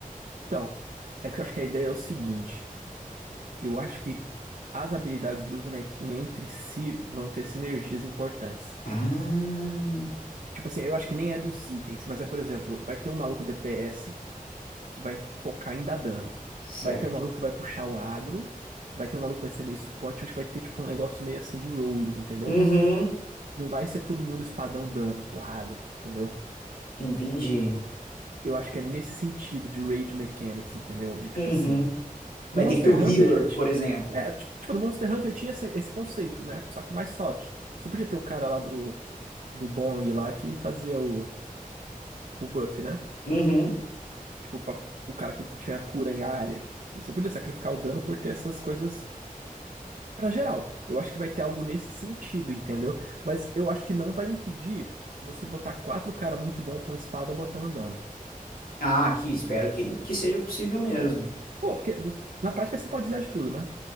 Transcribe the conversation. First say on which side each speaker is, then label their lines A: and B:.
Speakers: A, on the right; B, on the left.
A: Então, é porque eu acho que a ideia é o seguinte. Eu acho que as habilidades dos bonequinhos entre si vão ter sinergias importantes.
B: Ah,
A: Tipo assim, eu acho que nem é dos itens, mas é, por exemplo, vai ter um maluco DPS que vai focar em dar dano.
B: certo.
A: Vai ter um maluco que vai puxar o agro, vai ter um maluco que vai ser meio suporte, eu acho que vai ter tipo um negócio meio assim de roles, entendeu?
B: Uhum,
A: Não vai ser todo mundo espadão dano, porrada, entendeu?
B: entendi.
A: Eu acho que é nesse sentido de raid mechanics, entendeu? De tipo
B: Uhum.
A: assim,
B: Vai
A: no Monster
B: ter que ter o healer,
A: Hunter, ti-
B: por exemplo.
A: é, tipo, no Monster Hunter tinha esse, esse conceito, né? Só que mais soft. Você podia ter o cara lá do do Bong lá que fazia o, o buff, né?
B: Uhum.
A: Tipo, pra- o cara que tinha cura em área. Tipo, Você podia sacrificar o dano por ter essas coisas Pra geral. Eu acho que vai ter algo nesse sentido, entendeu? Mas eu acho que não vai impedir de você botar quatro cara muito bom com espada botando dano,
B: Ah, aqui, espero
A: tá ligado?
B: que, que seja possível mesmo.
A: Pô, porque n- na prática você pode usar de tudo, né?